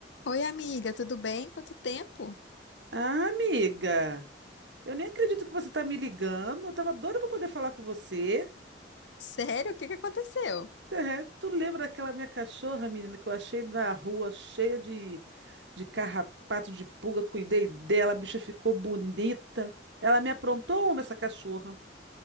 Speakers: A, on the left (about 75°); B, on the right (about 70°).
A: Oi, amiga, tudo bem? Quanto tempo?
B: Ah, amiga, eu nem acredito que você tá me ligando. Eu tava doida pra poder falar com você.
A: Sério? O que que aconteceu? O
B: É, tu lembra daquela minha cachorra, menina, que eu achei na rua cheia de, de carrapato, de pulga? Cuidei dela, a bicha ficou bonita. Ela me aprontou uma, essa cachorra.